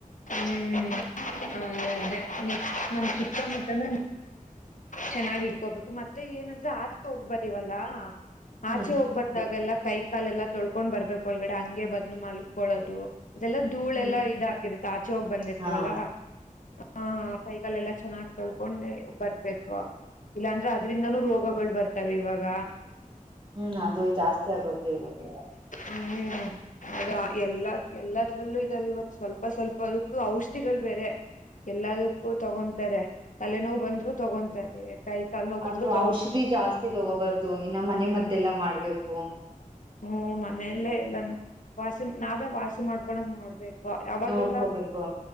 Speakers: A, on the left; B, on the right.
A: ಹ್ಮ್ ಅೌದೇ ನಮ್ ಸುತ್ತಮುತ್ತನ ಚೆನ್ನಾಗಿ ಇಡ್ಕೋಬೇಕು ಮತ್ತೆ ಏನಂದ್ರೆ ಆತ ಹೋಗ ಬವಲ್ಲ
B: ಹ್ಮ್
A: ಆಚೆ ಹೋಗ್ ಬಂದಾಗೆಲ್ಲ ಕೈ ಕಾಲ ಎಲ್ಲಾ ತೊಳ್ಕೊಂಡ್ ಬರ್ಬೇಕು ಒಳಗಡೆ ಹಂಗೆ ಬದ್ನು ಮಲ್ಕೊಳೋದು ಅದೆಲ್ಲಾ ಧೂಳೆಲ್ಲಾ
B: ಹ್ಮ್
A: ಇದಾಗಿರುತ್ತೆ ಆಚೆ ಹೋಗಿ ಬಂದಿರ್ತಿವಲ್ಲಾ
B: ಹಾ
A: ಹಾ ಕೈಗಲ್ಲೆಲ್ಲ ಚೆನ್ನಾಗಿ್ ತೊಳ್ಕೊಂಡೆ ಬರ್ಬೇಕು ಇಲ್ಲಾಂದ್ರೆ ಅದ್ರಿಂದಾನೂ ರೋಗಗಳು ಬರ್ತಾವ ಇವಾಗ
B: ಹ್ಮ್ ಅದು ಜಾಸ್ತಿ ಆಗೋತೆ ಇವೊತ್ತಿಲ್ಲ
A: ಹ್ಮ್ ಅದ ಎಲ್ಲ ಎಲ್ಲದ್ರಲ್ಲೂ ಇದಾವ ಇವಾಗ ಸ್ವಲ್ಪ ಸ್ವಲ್ಪ ಅದಕ್ಕೂ ಔಷಧಿಗಳು ಬೇರೆ ಎಲ್ಲದಕ್ಕೂ ತಗೊಂತಾರೆ ತಲೆನೋವು ಬಂದ್ರು ತಗೊಂತಾರೆ ಕೈ ಕಾಲ್ ನೋವು ಬಂದ್ರು
B: ಆದ್ರೂ
A: ತಗೊಂತಾರೆ
B: ಔಷಧಿ ಜಾಸ್ತಿ ತಗೋಬಾರ್ದು ಇನ್ನ ಮನೆ ಮದ್ದೆಲ್ಲ ಮಾಡ್ಬೇಕು
A: ಹ್ಮ್ ಮನೆಯಲ್ಲೇ ಎಲ್ಲಾನ ವಾಸಿ ನಾವೇ ವಾಸಿ ಮಾಡ್ಕೊಕ್ ನೋಡ್ಬೇಕು ಅವಾಗೆಲ್ಲ
B: ನೋಡ್ಕೋಬೇಕು